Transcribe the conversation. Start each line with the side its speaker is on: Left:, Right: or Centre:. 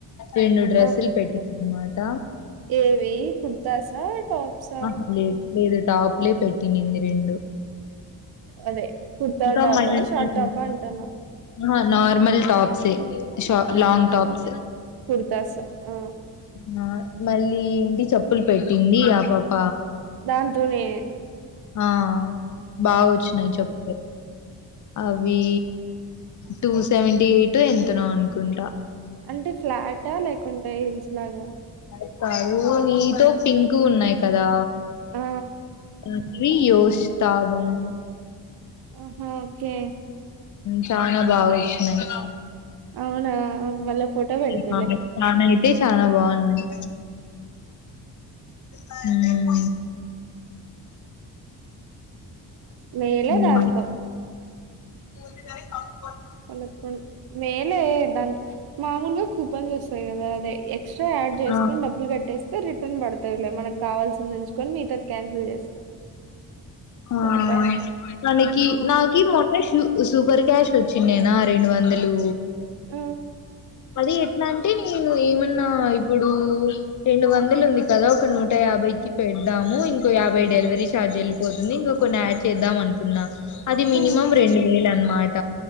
Left: రెండు డ్రెస్సులు
Right: ఆ
Left: పెట్టింది అన్నమాట
Right: ఏవి కుర్తాసా టాప్సా
Left: ఆహా లేదు లేదు టాప్లే పెట్టినింది రెండు
Right: అదే కుర్తా
Left: ఇంకా
Right: టాపా,
Left: మళ్ళీ
Right: షార్ట్ టాపా అంటున్నా
Left: ఆహా నార్మల్ టాప్సే ష లాంగ్ టాప్స్
Right: కుర్తాస్ ఆ
Left: నా మళ్ళీ ఏంటి చెప్పులు పెట్టింది ఆ పాప
Right: ఆంతోనే
Left: ఆ బాగా వచ్చినాయి చెప్తే అవి టూ సెవెంటీ ఎయిట్ ఎంతనో అనుకుంటా.
Right: అంటే ఫ్లాటా లేకుంటే హిల్స్ లాగా
Left: అ కాదు నీతో పింక్ ఉన్నాయి కదా
Right: ఆ
Left: అన్వి యోష్ తాబరె
Right: ఆహా ఓకే
Left: చనా బాగా వచ్చినాయి
Right: అవునా మళ్ళా ఫోటో పెడుదులే
Left: నాక్ అయితే చాలా బావున్నాయి ప్రాజెక్టు
Right: మేలే
Left: హ్మ్
Right: దాంతో
Left: ముందుగానే పాపం
Right: కొలక్కుం మేలే దంత మామూలుగా కూపన్స్ చేస్తాది కదా అదే ఎక్స్ట్రా యాడ్ చేసుకొని
Left: ఆ!
Right: డబ్బులు కట్టేస్తే. రిటర్న్ పడతాయిలే మనకు కావాల్సింది ఎంచుకొని మిగతది క్యాన్సిల్ చేస్తా.
Left: ఆహ్
Right: సరిపాయే
Left: అనకి
Right: హ్మ్
Left: నాకి మొన్న షూ. సూపర్ క్యాష్ వచ్చిండేనా రెండు వందలు
Right: ఆ
Left: మళ్లీ చెప్పు. ఇట్లా అంటే నేను ఏమన్నా ఇప్పుడు రెండు వందలు ఉంది కదా ఒక నూట యాభైకి పెట్. ఇద్దాము ఇంకో యాభై డెలివరీ. ఛార్జ్ వెళ్ళిపోతుంది ఇంకా కొన్ని యాడ్ చేద్దాం అనుకున్నా అది మినిమం
Right: ఆ
Left: రెండు వేలు అనమాట.